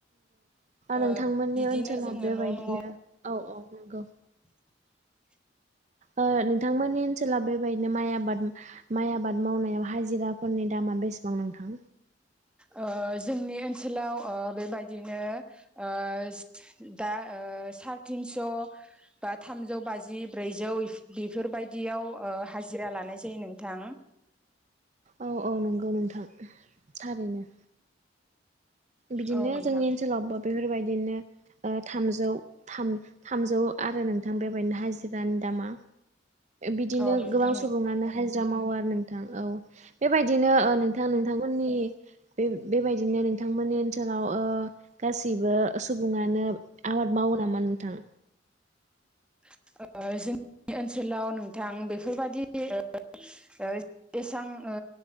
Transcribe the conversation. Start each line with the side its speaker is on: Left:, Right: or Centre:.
Centre: ओ
Right: नोंथांमोननि
Centre: बिदिनो
Right: ओनसोलाव
Centre: जोङो
Right: बेबायदिनो
Centre: न' न'आव
Right: औ औ नंगौ।
Centre: <inaudible>
Right: ओ, नोंथांमोननि ओनसोलाव बेबायदिनो माइ आबाद, माइ आबाद मावनायाव हाजिरा फोरनि दामा बेसेबां नोंथां?
Centre: -ओ जोंनि ओनसोलाव, ओ बेबायदिनो, ओ- दा, ओ सार थिनस' बा, थामजौ बाजि, ब्रैजौ बेफोरबायदि। बायदि हाजिरा लानाय जायो नोंथां।
Right: औ औ नंगौ नोंथां, थारैनो। 'बिदिनो
Centre: औ नोंथां
Right: जोंनि ओनसोलावबो बेफोरबायदिनो, ओ थामजौ' थाम थामजौ आरो नोंथां बेबायदिनो हाजिरानि दामा। बिदिनो
Centre: औ नोंथां
Right: गोबां सुबुङानो हाजिरा मावो आरो नोंथां, औ। -बेबायदिनो ओ नोंथां नोंथांमोननि बे बेबायदिनो नोंथांमोननि ओनसोलाव, ओ गासैबो सुबुङानो आबाद मावो नामा नोंथां?
Centre: <inaudible> जों -ओनसोलाव नोंथां बेफोरबायदि <inaudible> एसबां ओ